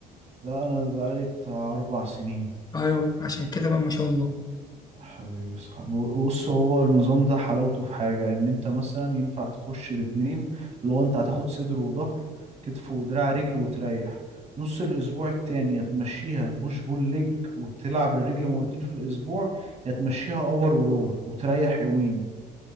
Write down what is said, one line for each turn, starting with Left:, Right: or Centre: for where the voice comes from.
Right: لا انا بقالي بتاع اربع سنين
Left: ايوه عشان كده بقى ما شاء الله
Right: حبيبي يا صاحبي بص هو النظام ده حلاوته في حاجه ان انت مثلا ينفع تخش باتنين اللي هو انت هتاخد صدر وظهر كتف ودراع رجل وتريح نص الاسبوع التاني يا تمشيها بوش بول ليج وتلعب الرجل مرتين في الاسبوع يا تمشيها ابر ولور وتريح يومين